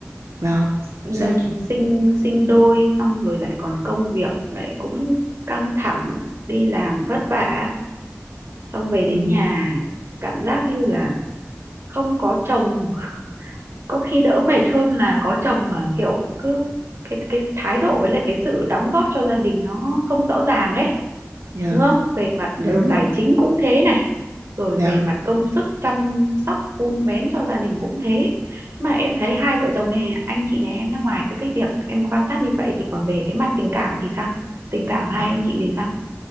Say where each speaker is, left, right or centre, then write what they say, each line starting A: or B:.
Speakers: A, on the right (about 75°); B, on the right (about 50°).
A: dạ
B: ừ,
A: sao chị
B: sinh sinh đôi xong rồi lại còn công việc lại cũng căng thẳng đi làm vất vả xong về
A: Ừ.
B: đến nhà cảm giác như là không có chồng có khi đỡ mệt hơn là có chồng mà kiểu cứ cái cái thái độ với lại cái sự đóng góp cho gia đình nó không rõ ràng ấy
A: Dạ,
B: đúng không về mặt
A: dạ đúng
B: tài
A: không?
B: chính cũng thế này rồi
A: Dạ.
B: về mặt công sức chăm sóc vun vén cho gia đình cũng thế mà em thấy hai vợ chồng nhà- anh chị nhà em nhá ngoài các cái việc em quan sát như vậy thì còn về cái mặt tình cảm thì sao tình cảm hai
A: Ờ,
B: anh chị thì sao